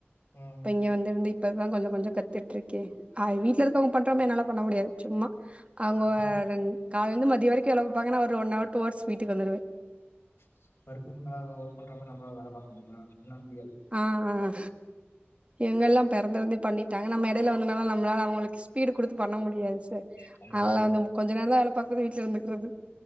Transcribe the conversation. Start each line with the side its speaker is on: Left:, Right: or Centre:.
Left: ம்
Right: இங்க வந்துருந்து இப்பதா கொஞ்சோ கொஞ்சோ கத்துட்ருக்கே அவுரு வீட்டுல இருக்கவங்க பண்றமா என்னால பண்ண முடியாது சும்மா அவங்க
Left: ஆமா
Right: ர காலேந்து மதியோ வரைக்கு வேல பாப்பாங்க நா ஒரு ஒன் ஹவர் டூ ஹவர்ஸ் வீட்டுக்கு வந்துருவே
Left: <unintelligible> ஒர்க் பண்ற மா நம்மளால வேல பாக்க முடியுமா பண்ண முடியாது
Right: ஆ ஆ இவங்கெல்லா பெறந்தலுந்தே பண்ணிட்டாங்க நம்ம எடைல வந்தானால நம்ளால அவ்ங்ளுக்கு ஸ்பீடு குடுத்து பண்ண முடியாது சார்
Left: கண்டிப்பா
Right: அதலா
Left: மேம்
Right: வந்து கொஞ்ச நேரந் தா வேல பாக்குறது வீட்ல இருந்துக்கறது